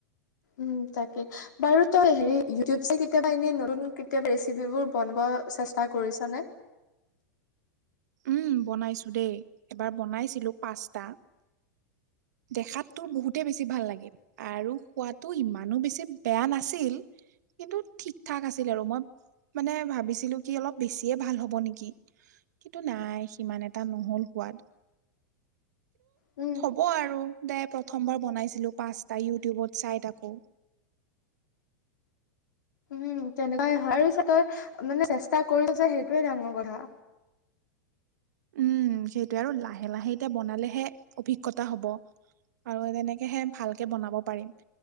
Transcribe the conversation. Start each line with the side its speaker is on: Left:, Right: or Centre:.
Left: উম, তাকে। বাৰু তই হেৰি ইউটিউব চাই কেতিয়াবা এনে নতুন কেতিয়াবা ৰেচিপিবোৰ বনোৱা চেষ্টা কৰিছ নে?
Right: উম, বনাইছো দেই, এবাৰ বনাইছিলো পাস্তা। দেখাততো বহুতেই বেছি ভাল লাগিল। আৰু খোৱাতটো ইমানো বেছি বেয়া নাছিল। কিন্তু ঠিক ঠাক আছিল আৰু মই মানে ভাবিছিলো কি অলপ বেছিয়ে ভাল হ'ব নেকি? কিন্তু, নাই সিমান এটা নহ'ল সোৱাদ।
Left: উম।
Right: ক'ৰ আৰু দে প্ৰথমবাৰ বনাইছিলো পাঁচস্তা ইউটিউবত চাই থাকো।
Left: উম, তেনেকুৱাই হয় আৰু চ তই মানে চেষ্টা কৰো যে সেইটোয়ে ডাঙৰ কথা।
Right: উম, সেইটোৱে আৰু লাহে লাহে এতিয়া বনালেহে অভিজ্ঞতা হ'ব। আৰু তেনেকেহে ভালকে বনাব পাৰিম।